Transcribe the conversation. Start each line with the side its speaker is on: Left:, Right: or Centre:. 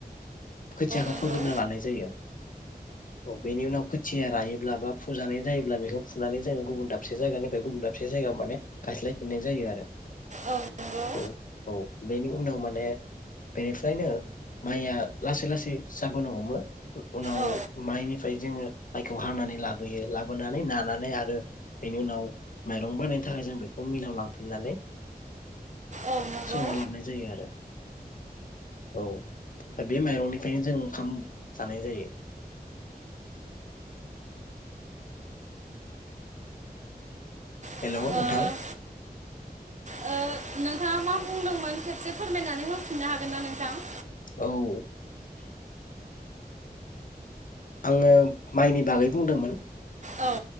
Left: खोथियाखौ
Right: नंगौ
Left: फोग्रोना लानाय जायो औ बेनि उनाव खोथिया रायोब्ला बा फु फुजानाय जायोब्ला बेखौ फुनानै जोङो गुबुन दाबसे जायगानिफ्राय गुबुन दाबसे जायगायाव माने गायस्लायफिननाय जायो आरो।
Right: औ नंगौ
Left: औ औ बेनि उनाव माने बेनिफ्रायनो माइया लासै लासै जाबोनो हमो उनाव
Right: औ
Left: माइनिफ्राय जोङो माइखौ हानानै लाब लाबोयो लाबोनानै नानानै आरो बेनि उनाव माइरं बानायनो थाखाय जों बेखौ मिलाव लांफिननानै
Right: औ नंगौ
Left: सौना लाबोनाय जायो आरो औ। बे माइरंनिफ्रायनो जों ओंखाम जानाय जायो।
Right: औ
Left: हेलौ नोंथां
Right: ओ ओ, नोंथाङा मा बुंदोंमोन खेबसे फोरमायनानै होफिननो हागोन ना नोंथां?
Left: औ आङो माइनि बागै बुंदोंमोन।
Right: औ